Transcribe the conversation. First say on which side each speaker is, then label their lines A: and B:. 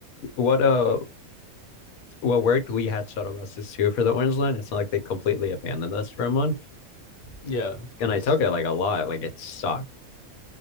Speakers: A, on the left; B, on the left.
A: what uh what worked, we had shuttle buses too for the Orange Line. It's not like they completely abandoned us for a month.
B: Yeah, of course.
A: And I took it like a lot. Like it sucked.